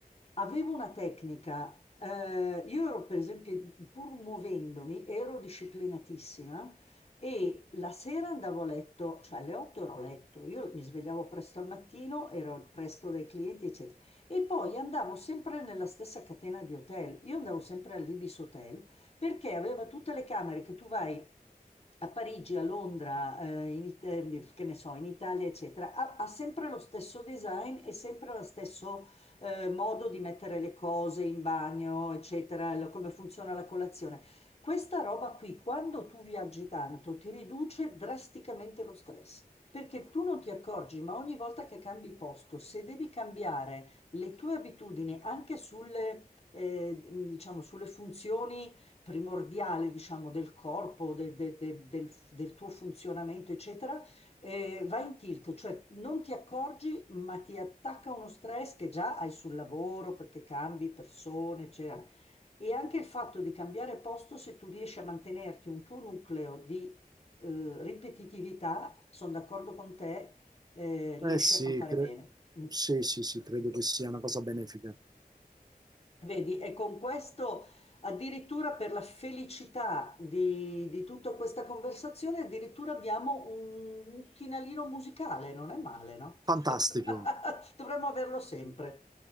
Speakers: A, on the left; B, on the right.
A: avevo una tecnica. eh, io ero, per esempio, pur muovendomi, ero disciplinatissima e la sera andavo a letto, cioè alle 8 ero a letto, io mi svegliavo presto al mattino, ero presto dai clienti, eccetera. E poi andavo sempre nella stessa catena di hotel. Io andavo sempre all'Ibis Hotel perché aveva tutte le camere che tu vai a Parigi, a Londra, eh, in It- eh, che ne so, in Italia, eccetera, ha, ha sempre lo stesso design e sempre lo stesso eh, modo di mettere le cose in bagno, eccetera, lo- come funziona la colazione. Questa roba qui, quando tu viaggi tanto, ti riduce drasticamente lo stress. Perché tu non ti accorgi, ma ogni volta che cambi posto, se devi cambiare le tue abitudini anche sulle, eh, diciamo, sulle funzioni primordiale, diciamo, del corpo, de- de- del del- del tuo funzionamento, eccetera, eh, va in tilt, cioè non ti accorgi, ma ti attacca uno stress che già hai sul lavoro perché cambi persone, eccetera. E anche il fatto di cambiare posto, se tu riesci a mantenerti un tuo nucleo di eh, ripetitività, sono d'accordo con te, eh, riesci
B: Eh sì,
A: a campare
B: cre-
A: bene. Mm.
B: sì, sì, sì, credo che sia una cosa benefica.
A: Vedi, e con questo addirittura per la felicità di, di tutta questa conversazione, addirittura abbiamo un, un finalino musicale, non è male, no?
B: Fantastico,
A: <laughs> Dovremmo averlo sempre.